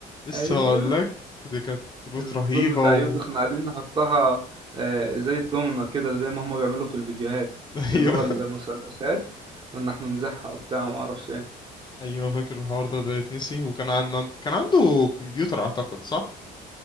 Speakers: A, on the left; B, on the right.
A: لسه
B: ايوه
A: هقول لك دي كانت كروت
B: الكروت
A: رهيبه
B: بتاع
A: و
B: يوجي احنا قاعدين نحطها آه، زي الدومنة كده زي ما هما بيعملوا في الفيديوهات
A: <laughs>
B: اللي
A: ايوه
B: هو المثلثات وان احنا نزحها وبتاع ما اعرفش إيه.
A: ايوه فاكر الحوار ده ده يتنسي وكان عنده كان عنده كمبيوتر اعتقد صح